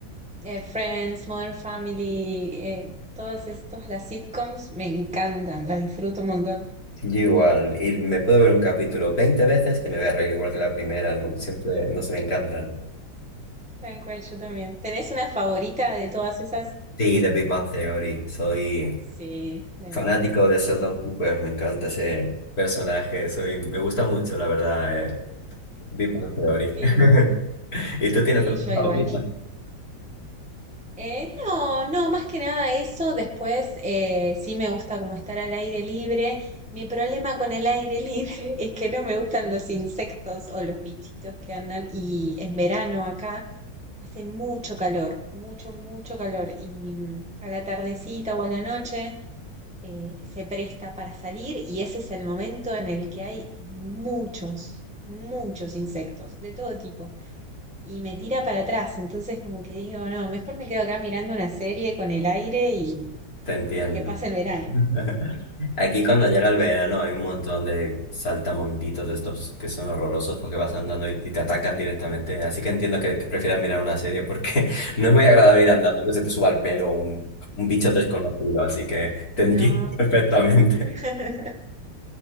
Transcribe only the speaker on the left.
yo igual, y me puedo ver un capítulo 20 veces que me voy a reír igual que la primera, no, siempre, no se me encantan.
Sí, de Big Bang Theory, soy
fanático
de Sheldon Cooper, me encanta ese personaje, soy, me gusta mucho, la verdad. eh, Big Bang Theory.
<laughs> ¿Y tú
tienes alguna
favorita?
Te entiendo.
<laughs> Aquí cuando llega el verano hay un montón de saltamontitos de estos que son horrorosos porque vas andando y, y te atacan directamente. Así que entiendo que, que prefieras mirar una serie porque <laughs> no es muy agradable ir andando que se te suba al pelo un, un bicho desconocido. Así que te
entiendo <laughs> perfectamente.